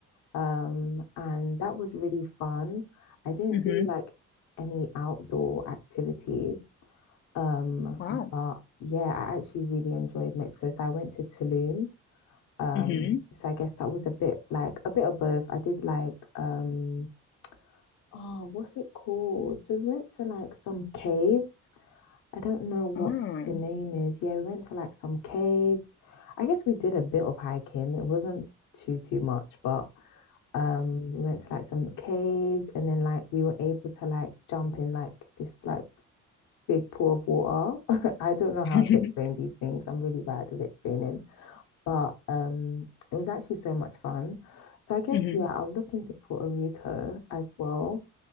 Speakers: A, on the left (about 75°); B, on the left (about 40°).
A: Um and that was really fun. I didn't
B: hmm
A: do like any outdoor activities. Um,
B: Wow.
A: but yeah, I actually really enjoyed Mexico. So I went to Tulum. Um,
B: hmm
A: so I guess that was a bit like a bit of both. I did like um oh, what's it called? So we went to like some caves. I don't know what
B: Oh.
A: the name is. Yeah, we went to like some caves. I guess we did a bit of hiking. It wasn't too too much, but um we went to like some caves and then like we were able to like jump in like this like big pool of water. <laughs> I don't know how
B: Mm.
A: to explain these things. I'm really bad at explaining, but um, it was actually so much fun. So I guess
B: <laughs>
A: yeah, I'm looking to Puerto Rico as well.